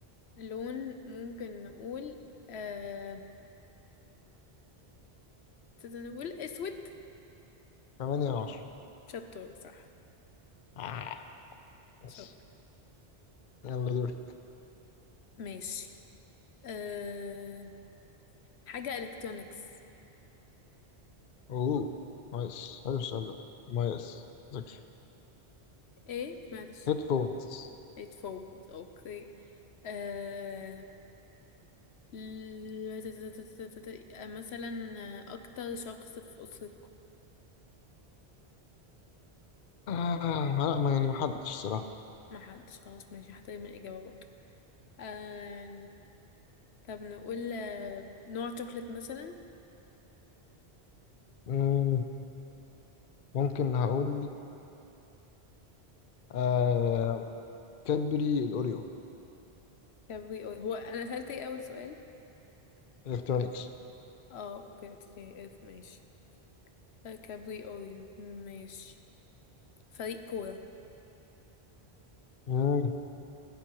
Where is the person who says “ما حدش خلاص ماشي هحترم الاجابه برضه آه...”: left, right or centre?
Left